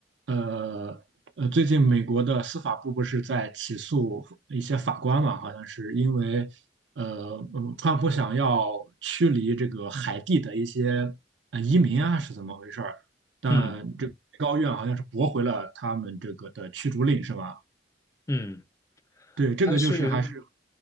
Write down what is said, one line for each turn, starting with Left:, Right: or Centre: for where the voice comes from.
Right: 呃呃，最近美国的司法部不是在起诉一些法官嘛？好像是因为，呃，嗯川普想要驱离这个海地的一些呃移民啊，是怎么回事儿？但这个最高院好像是驳回了他们这个的驱逐令，
Left: 嗯。
Right: 是吧？
Left: 嗯，
Right: 对，这个就是还是
Left: 它是，